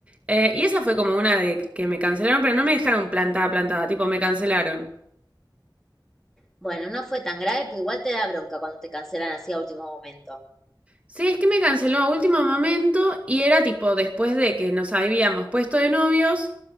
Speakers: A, on the right (about 15°); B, in the centre.
A: Eh, y esa fue como una de que me cancelaron, pero no me dejaron plantada, plantada, tipo, me cancelaron.
B: Bueno, no fue tan grave, pero igual te da bronca cuando te cancelan así a último momento.
A: Sí, es que me canceló a último momento y era tipo después de que nos habíamos puesto de novios.